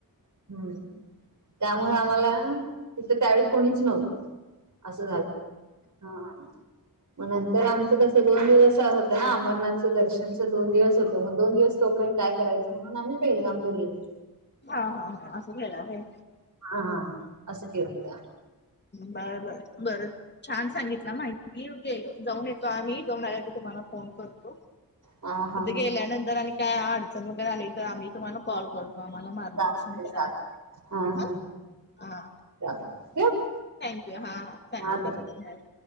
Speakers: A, on the right; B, on the left.
A: हम्म, त्यामुळे आम्हाला तिथं, त्यावेळी कोणीच नव्हत.. असं झालं. हा हा.
B: हम <unintelligible>
A: मग नंतर आमचं कसं दोन दिवस होत ना, अमरनाथं दर्शनचं दोन दिवस होतं. मग दोन दिवस तोपर्यंत काय करायं. म्हणून आम्ही पेलगाम फिरलेलो.
B: हा हा हा असं केल व्हय.
A: हा. असं केलत.
B: बर, बर, बरं. छान सांगितला माहिती. गेलो जाऊन येतो आम्ही. जाऊन आले की, तुम्हाला फोन करतो.
A: हा हा
B: तथे
A: हा
B: गेल्यानंतर, आणि काय अडचण वगैरे आली तर. आम्ही तुम्हाला कॉल मामाला मार्गदर्शन
A: चालतंय
B: करा.
A: चालतंय हा
B: ह.
A: हा
B: हा.
A: चालतंय ठेवू
B: थँक्यू. हा ह सांगितल्या
A: हा
B: बद्दल.